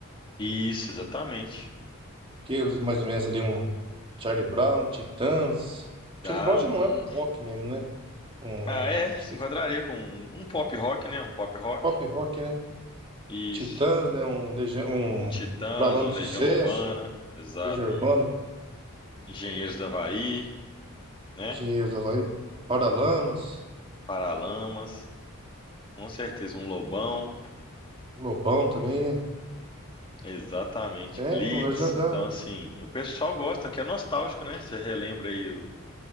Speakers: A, on the left; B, on the right.
A: Isso, exatamente.
B: Que eles mais ou menos ali um Charlie Brown, Titãs.
A: Dá
B: Charlie Brown já
A: um.
B: não é um
A: um-
B: rock mesmo, né? Um
A: Ah,
B: não
A: é, se
B: sei
A: enquadraria
B: se- é
A: com um, um pop rock, né? Um pop rock.
B: pop rock, né?
A: Isso.
B: Titãs, né? Um, Legião- um
A: Um Titãs,
B: Paralamas
A: um Legião
B: do Sucesso,
A: Urbana, exato.
B: Legião Urbana,
A: Um Engenheiros do Havaí, né?
B: Dinheiro da Havaí, Paralamas,
A: Paralamas, com certeza. Um Lobão,
B: Lobão também, né?
A: exatamente.
B: É,
A: Blitz.
B: então já, já...
A: Então, assim, o pessoal gosta, que é nostálgico, né? Você relembra aí